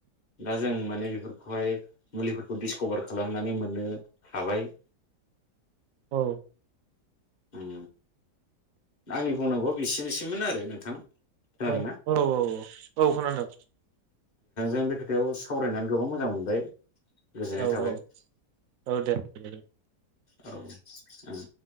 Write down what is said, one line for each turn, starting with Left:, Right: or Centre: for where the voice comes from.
Left: दा जों माने बेफोर खौहाय मुलिफोरखौ डिसकभार खालामनानै मोननो हाबाय।
Right: औ
Left: उम आंनि बुंनांगौआ बेसेनोसैमोन आरो नोंथां। खोनादों
Right: ओ
Left: ना?
Right: औ औ औ औ खोनादों
Left: ओ बे खोथायाव सावरायनानै गोबां मोजां मोनबाय गोजोननाय
Right: औ
Left: थाबाय
Right: औ औ दे
Left: औ ओं